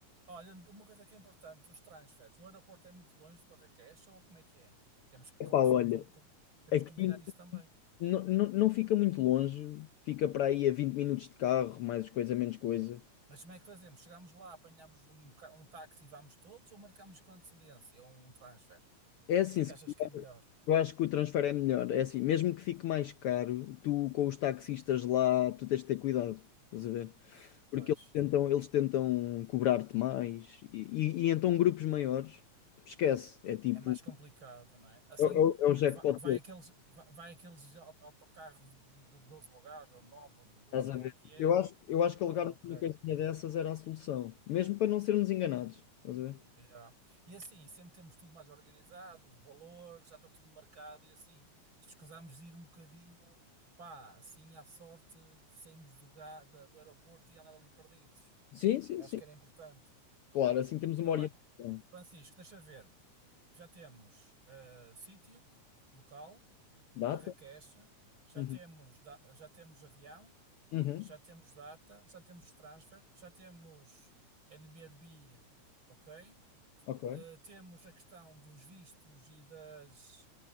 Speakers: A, on the right (about 40°); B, on the left (about 80°).
A: Olha, uma coisa que é importante, os transfers. O aeroporto é muito longe de Marrakech ou como é que é? Temos que, confi-
B: pa olha
A: com- com- temos
B: é que
A: que combinar isso também.
B: não não fica muito longe fica para aí a vinte minutos de carro mais coisa menos coisa
A: Mas como é que fazemos? Chegamos lá, apanhamos um, ca- um táxi e vamos todos ou marcamos com antecedência um transfer? O
B: é assim
A: que é
B: se-
A: que achas que é melhor?
B: eu acho que o transfer é melhor é assim mesmo que fique mais caro tu com os táxis estás lá tu tens de ter cuidado resolver
A: Pois.
B: porque eles tentam eles tentam cobrar-te mais e e- e então grupos maiores esquece é tipo
A: É mais complicado, não é? Assim,
B: é é o é o Jackpot
A: vai, vai aqueles, vai, vai aqueles au- autocarros de, de 12 lugares, ou 9, ou de 12,
B: Estás
A: ou lá
B: a ver?
A: o que é.
B: Eu acho, eu acho que
A: Ah,
B: alugarmos
A: ok.
B: uma coisinha dessas era a solução, mesmo para não sermos enganados. Estás a ver?
A: Yeah. E assim, sempre temos tudo mais organizado, os valores, já está tudo marcado e assim, escusamos de ir um bocadinho, pá, assim à sorte, saímos do, ga- da- do aeroporto e andar ali perdidos.
B: Sim, sim,
A: Eu
B: sim.
A: acho que era importante.
B: Claro, assim temos uma
A: Ora
B: orientação.
A: bem, Francisco, deixa ver. Já temos eh, sítio, local,
B: Data?
A: Marrakech, já
B: Uhum.
A: temos, da- já temos avião,
B: Uhum.
A: já temos data, já temos transfer, já temos Airbnb ok?
B: Ok.
A: Eh, temos a questão dos vistos e das,